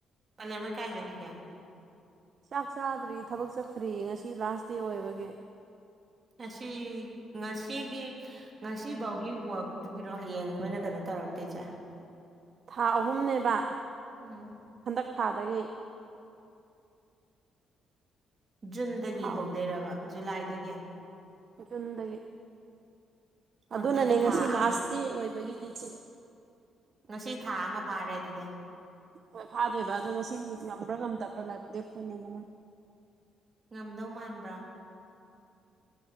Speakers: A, on the right; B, on the right.
A: ꯄꯂꯦꯟꯃꯩ ꯀꯥꯏ ꯆꯠꯈꯤꯒꯦ
B: ꯆꯥꯛ ꯆꯥꯗ꯭ꯔꯤ ꯊꯕꯛ ꯆꯠꯈ꯭ꯔꯤ ꯉꯁꯤ ꯂꯥꯁ ꯗꯦ ꯑꯣꯏꯕꯒꯤ
A: ꯉꯁꯤ ꯉꯁꯤꯒꯤ ꯉꯁꯤ ꯐꯥꯎꯒꯤ ꯋꯥꯛꯇꯨꯒꯤꯔꯣ ꯍꯌꯦꯡ ꯃꯣꯏꯅ ꯀꯩꯅꯣ ꯇꯧꯔꯛꯇꯣꯏꯖꯦ
B: ꯊꯥ ꯑꯍꯨꯝꯅꯦꯕ
A: ꯎꯝ
B: ꯍꯟꯗꯛ ꯊꯥꯗꯒꯤ
A: ꯖꯨꯟꯗꯒꯤ
B: ꯊꯥ
A: ꯍꯧꯗꯣꯏꯔꯕ
B: ꯑꯍꯨꯝ
A: ꯖꯨꯂꯥꯏꯗꯒꯤ
B: ꯖꯨꯟꯗꯒꯤ
A: ꯑꯣ
B: ꯑꯗꯨꯅꯅꯦ
A: ꯍꯟꯗꯛ
B: ꯉꯁꯤ
A: ꯊꯥ
B: ꯂꯥꯁ
A: ꯑꯃ
B: ꯗꯦ ꯑꯣꯏꯕꯒꯤꯅꯦ <inaudible>
A: ꯉꯁꯤ ꯊꯥ ꯑꯃ ꯐꯥꯔꯦ ꯑꯗꯨꯗꯤ
B: ꯍꯣꯏ ꯐꯥꯗꯣꯏꯕ ꯑꯗꯣ ꯉꯁꯤ ꯉꯝꯕ꯭ꯔꯥ ꯉꯝꯗꯕ꯭ꯔꯥ ꯂꯥꯏꯕꯛ ꯂꯦꯞꯇꯣꯏꯅꯤꯗꯅ
A: ꯉꯝꯗꯧ ꯃꯥꯟꯕ꯭ꯔꯥ